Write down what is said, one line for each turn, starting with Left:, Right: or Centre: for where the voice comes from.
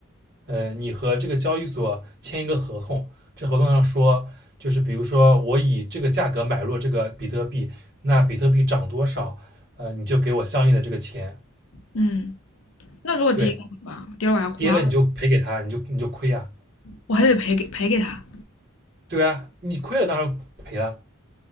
Right: 呃，你和这个交易所签一个合同，这合同上说就是比如说我以这个价格买入这个比特币，那比特币涨多少，呃，你就给我相应的这个钱，
Left: 嗯，那如果跌了怎么办？
Right: 对，
Left: 跌了我还我还
Right: 跌了你就赔给他，你就你就亏啊，
Left: 我还得赔给赔给他。
Right: 对啊，你亏了当然赔了。